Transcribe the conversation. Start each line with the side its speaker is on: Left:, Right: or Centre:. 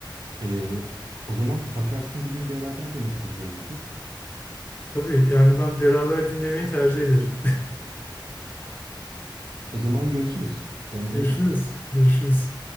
Right: Ee, o zaman bakarsın bir gün beraber de müzik yaparız Yusuf.
Left: Tabii yani ben beraber dinlemeyi tercih ederim.
Right: O zaman görüşürüz.
Left: <laughs>
Right: Kendine
Left: Görüşürüz.
Right: iyi bak.
Left: Görüşürüz.